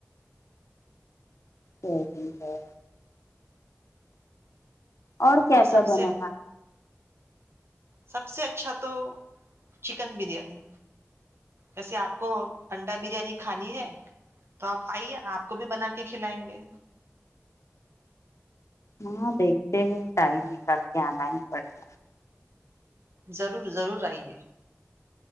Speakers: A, on the left (about 70°); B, on the right (about 55°).
A: چ ٹھیک ہے اور کیا کیا
B: سب سے
A: بنا
B: سب سے اچھا تو چکن بریانی جیسے آپ کو انڈا بریانی کھانی ہے تو آپ آئیے آپ کو بھی بنا کے کھلائیں گے
A: ہاں دیکھتے ہیں ٹائم نکل کے آنا ہی پڑنا
B: ضرور ضرور آئیے